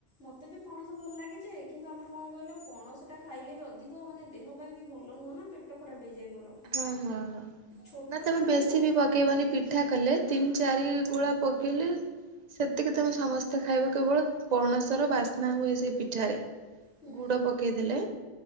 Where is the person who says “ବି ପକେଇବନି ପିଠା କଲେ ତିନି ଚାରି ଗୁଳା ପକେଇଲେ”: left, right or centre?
Right